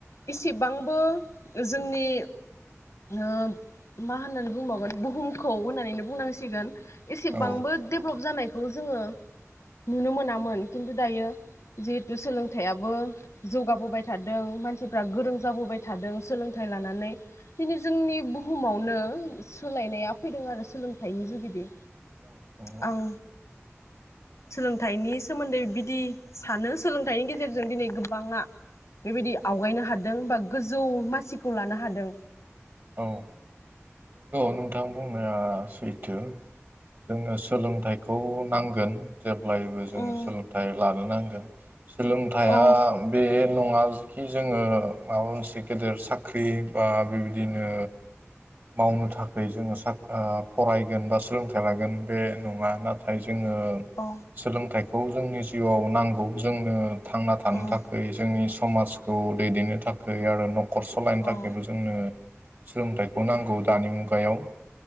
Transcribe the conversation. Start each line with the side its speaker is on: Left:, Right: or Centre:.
Left: इसे सेबांबो जोंनि ओ मा होननानै बुंबावगोन बुहुमखौ होननानैनो बुंनांसिगोन एसेबांबो
Right: औ
Left: देभेलप जानाय खौ जोङो नुनो मोनामोन खिन्थु दायो जिहेथु सोलोंथाइयाबो जौगाबोबाय थादों मानसिफ्रा गोरों जाबोबाय थादों सोलोंथाइ लानानै दिनै जोंनि बुहुमावनो नों सोलायनाया फैदों आरो सोलोंथाइनि जुगिदि
Right: <unintelligible>
Left: आं सोलोंथाइनि सोमोन्दै बिदि सानो सोलोंथाइनि गेजेरजों दिनै गोबांङा बेबायदि आवगायनो हादों बा गोजौ मासिखौ लानो हादों
Right: औ नंगौ नोंथां बुंनाया सैथो जोंनो सोलोंथाइखौ नांगोन। जेब्लायबो जों
Left: उम
Right: सोलोंथाइ लानो नांगोन। सोलोंथाइया
Left: औ
Right: बे नङा जिखि जोङो माबा मोनसे गेदेर साख्रि बा बि बिदिनो मावनो थाखाय जोङो फरायगोन बा सोलोंथाइ लागोन बे नङा नाथाय जोङो
Left: औ
Right: सोलोंथाइ खौ जोंनि जिउआव नांगौ जोंनो थांना थानो
Left: उम
Right: थाखाय जोंनि समाजखौ दैदेननो थाखाय आरो नख खर सलायनो थाखायबो
Left: औ
Right: जोंनो सोलोंथाइखौ नांगौ दानि मुगायाव